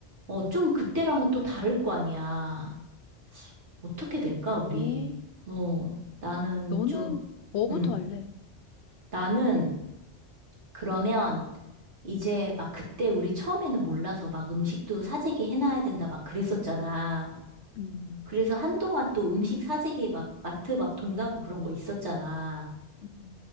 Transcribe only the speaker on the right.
어, 좀 그때랑은 또 다를 거 아니야. 어떻게 될까,
우리? 어, 나는
좀,
음,
나는 그러면 이제 막 그때 우리 처음에는 몰라서 막 음식도 사재기 해놔야 된다 막 그랬었잖아.
그래서 한동안 또 음식 사재기 막 마트 막 동나고 그런 거 있었잖아.